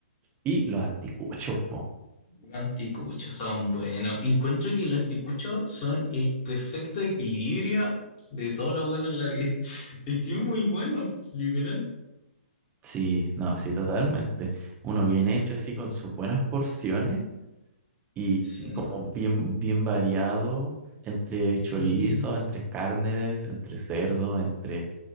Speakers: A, on the right (about 20°); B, on the left (about 35°).
A: Y los anticuchos, po.
B: Los anticuchos son buenos. Encuentro que los anticuchos son el perfecto equilibrio de todo lo bueno en la vida. <laughs> Es que es muy bueno, literal.
A: Sí, no, sí, totalmente. Uno bien hecho así con sus buenas porciones y
B: Sí,
A: como bien, bien variado entre chorizo,
B: sí,
A: entre carnes, entre cerdo, entre